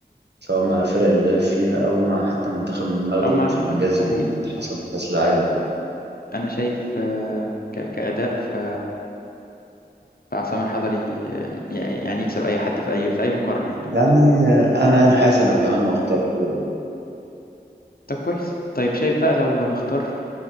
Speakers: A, on the right; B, on the left.
A: سواء مع الفرق اللي لعب فيها أو مع حتى منتخب المغرب
B: او مع المنتخب
A: في الإنجاز
B: ده
A: اللي
B: حقيقي
A: حصل في كأس العالم
B: انا شايف آه، ك... كأداء ف... فعصام الحضري آه، يعني يكسب اي حد في اي في اي مقارنة يعني
A: يعني انا هنحاز انا كمان واختار حضرتك
B: طب كويس طيب شايف بقى لو نختار